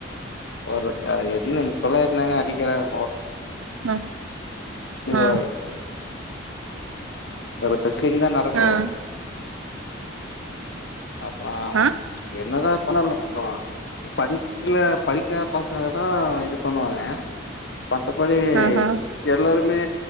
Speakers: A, on the left; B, on the right.
A: ஒரு என்ன இப்பல்லா என்னங்க அடிக்கிறாங்க
B: ஆ ஆ
A: <unintelligible> <unintelligible> இ ரெஸ்லிங் தா நடக்கு
B: ஆ
A: அப்றோ
B: ஆ
A: என்னதா பண்ணல இப்ப படிக்கல படிக்காத பசங்க தா இது பண்ணுவாங்க மத்தபடி
B: ஆ ஆ
A: எல்லாருமே